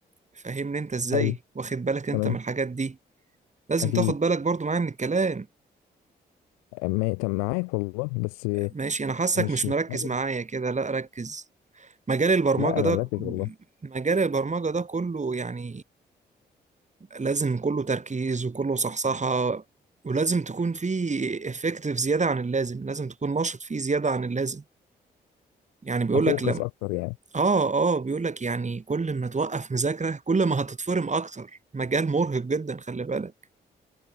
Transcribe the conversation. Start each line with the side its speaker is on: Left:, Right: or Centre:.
Right: فاهمني انت ازاي
Left: حلو
Right: واخد بالك انت
Left: تمام
Right: من الحاجات دي لازم
Left: اكيد
Right: تاخد بالك برضو معايا من الكلام
Left: أما- تم معاك والله بس آه،
Right: ماشي انا حاسك
Left: مش
Right: مش
Left: مش-
Right: مركز
Left: قادر.
Right: معايا كده لا ركز مجال البرمجة
Left: لا انا
Right: ده
Left: مركز والله
Right: مجال البرمجة ده كله يعني لازم كله تركيز وكله صحصحة ولازم تكون في افكتيف زيادة عن اللازم لازم تكون نشط فيه زيادة عن اللازم يعني بيقول
Left: افوكس
Right: لك لم
Left: اكتر يعني
Right: اه اه بيقول لك يعني كل ما توقف مذاكرة كل ما هتتفرم اكتر مجال مرهق جدا خلي بالك